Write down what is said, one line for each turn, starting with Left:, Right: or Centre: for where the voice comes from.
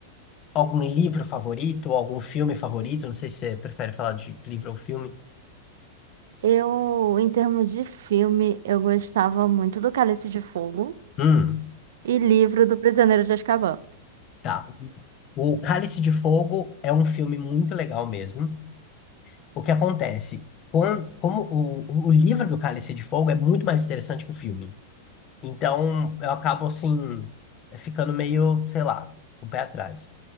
Left: algum livro favorito, ou algum filme favorito? Não sei se você prefere falar de livro ou filme.
Right: Eu, em termos de filme, eu gostava muito do Cálice de Fogo
Left: Hum,
Right: e livro do Prisioneiro de Azkaban.
Left: tá. O Cálice de Fogo é um filme muito legal mesmo. O que acontece? Quando, como o, o livro do Cálice de Fogo é muito mais interessante que o filme. Então, eu acabo assim, ficando meio, sei lá, com o pé atrás.